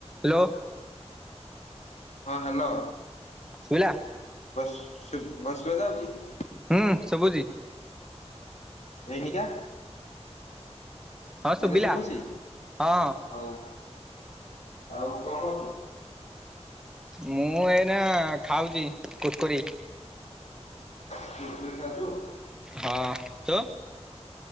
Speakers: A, in the centre; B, on the left (about 75°).
A: Hello.
B: ହଁ hello.
A: ଶୁଇଲା।
B: ବସ୍ ଶ ବସ୍ଵେଦା ଯାଉଚି।
A: ହୁଁ ସବୁଛି।
B: ଏଇନକା।
A: ହଁ ଶୁଭିଲା
B: ଏନେ ଶୁଭୁଛି
A: ହଁ ହଁ
B: ହଉ ଆଉ କଣ କରଛୁ?
A: ମୁଁ ଏଇନା ଖାଉଛି କୁରକୁରି।
B: <unintelligible>
A: ହଁ ତ